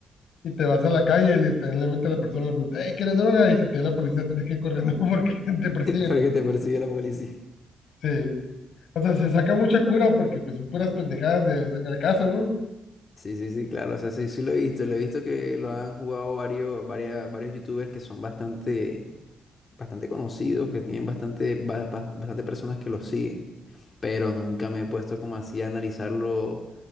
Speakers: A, on the left; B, on the left.
A: Y te vas a la calle y literalmente la persona le pregunta, hey, ¿quieres droga? Y si te da la policía tienes que ir corriendo <laughs> porque te persiguen.
B: Porque te persigue la policía.
A: Sí. O sea, se saca mucha cura porque pues son puras pendejadas de, o sea, en el caso, ¿no?
B: Sí, sí, sí, claro. O sea, sí, sí lo he visto. Lo he visto que lo han jugado varios, varias, varios youtubers que son bastante, bastante conocidos, que tienen bastante, ba- ba- bastante personas que los siguen. Pero nunca me he puesto como así a analizarlo